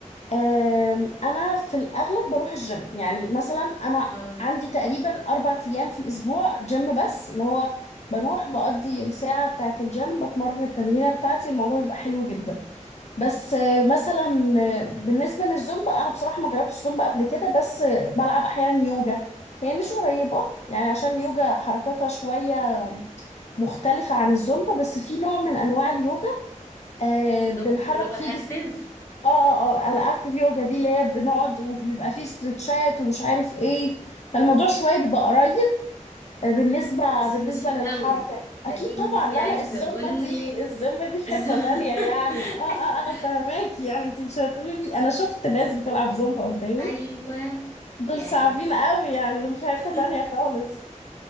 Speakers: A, on the left; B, on the left.
A: أم، انا في الاغلب بروح الجيم يعني مثلا انا
B: اه
A: عندي تقريبا اربع ايام في الاسبوع جيم بس اللي هو بروح بقضي الساعة بتاعة الجيم بتمرن التمرينة بتاعتي الموضوع بيبقى حلو جدا بس آه، مثلا آه، بالنسبة للزومبا انا بصراحة ما جربتش زومبا قبل كده بس آه، بلعب احيانا يوجا هي مش قريبة يعني عشان يوجا حركاتها شوية مختلفة عن الزومبا بس في نوع من أنواع اليوجا آه
B: اللي
A: بنحرك
B: هو اللي هو
A: فيه
B: الاكتيف
A: جسم اه اه اه الأكتيف يوجا دي اللي هي بنقعد وبيبقى فيه استرتشات ومش عارف ايه فالموضوع شوية بيبقى قريب آه بالنسبة
B: بس
A: بالنسبة
B: مش قوي
A: للحركة أكيد
B: ده
A: طبعا
B: انتي
A: لا
B: عايزة
A: لا الزومبا
B: اقولك
A: دي الزومبا دي في حتة
B: الزم...
A: تانية يعني
B: <laughs>
A: اه اه أنا فاهماكي يعني انتي مش هتقولي لي أنا شفت ناس بتلعب زومبا قدامي
B: ايوه
A: دول
B: يعني
A: صعبين قوي يعني دول في حتة
B: <laughs>
A: تانية خالص